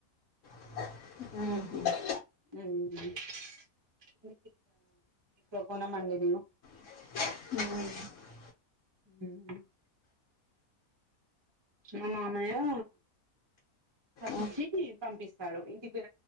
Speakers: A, on the left; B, on the right.
A: హ్మ్
B: <unintelligible> ఎక్కువ కొనం అండి మేము
A: హ్మ్
B: హ్మ్ మా మామయ్యా పంపించి
A: ఉ
B: పంపిస్తాడు ఇంటికి